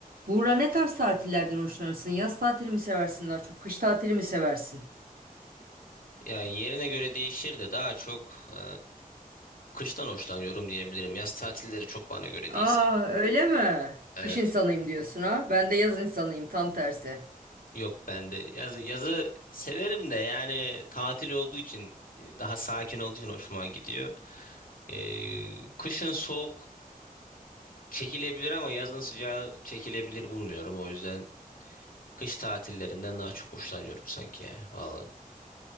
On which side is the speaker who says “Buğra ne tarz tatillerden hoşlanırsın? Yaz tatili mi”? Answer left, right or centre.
Right